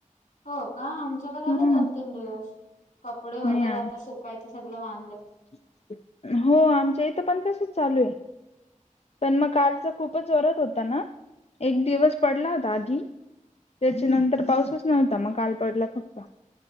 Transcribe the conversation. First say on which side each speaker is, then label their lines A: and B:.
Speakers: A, on the left; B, on the left.
A: हो का? आमच्याक झाल
B: हम्म
A: दोन, तीन दिवस कपडे वगैरे
B: नाही
A: आता सुकायचं सगळ वां
B: <inaudible> हो आमच्या इथं पण तसच चालू आहे. पण मग कालचा खूपच जोरात होता ना. एक दिवस पडला होता आधी. त्याच्या नंतर पाऊसच नव्हता मग काल पडला फक्त.